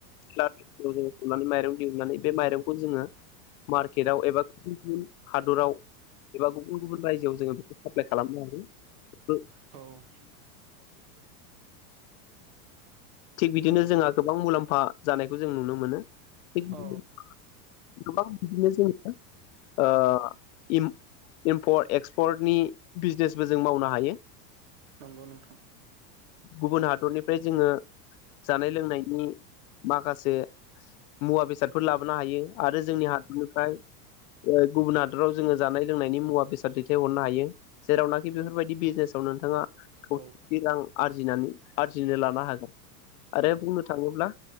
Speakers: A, on the left (about 60°); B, on the right (about 55°).
A: <inaudible> सौनानै माइरं दिहुननानै बे माइरंखौ जोङो मार्केट आव एबा गुबुन गुबुन हादराव एबा गुबुन गुबुन रायजोआव जोङो बेखौ साप्लाइ खालामनो होन
B: औ
A: थिग बिदिनो जोंहा गोबां मुलाम्फा जानायखौ जों नुनो मोनो गोबां
B: औ
A: बिदिनो जों ओ इम इमपर्ट एक्सपर्टनि बिजनेसबो जों मावनो हायो।
B: नंगौ नोंथां
A: गुबुन हादरनिफ्राय जोङो जानाय लोंनायनि माखासे मुवा बेसादफोर लाबोनो हायो आरो जोंनि हादरनिफ्राय ओ गुबुन हादराव जोङो जानाय लोंनायनि मुवा बेसाद दैथायहरनो हायो जेरावनाखि बेफोरबायदि बिजनेसाव नोंथाङा खौथि
B: औ
A: रां आरजिनानै आरजिनो लानो हागोन। आरो बुंनो थाङोब्ला